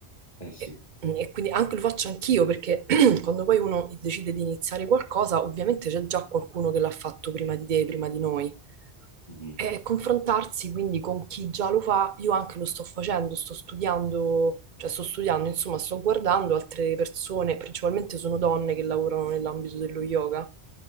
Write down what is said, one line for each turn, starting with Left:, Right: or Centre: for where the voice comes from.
Left: eh sì.
Right: E, mm, e quindi anche lo faccio anch'io perché <clears throat> quando poi uno decide di iniziare qualcosa, ovviamente c'è già qualcuno che l'ha fatto prima di te, prima di noi.
Left: Mh-mh,
Right: E confrontarsi quindi con chi già lo fa, io anche lo sto facendo, sto studiando, cioè sto studiando, insomma, sto guardando altre persone, principalmente sono donne che lavorano nell'ambito dello yoga.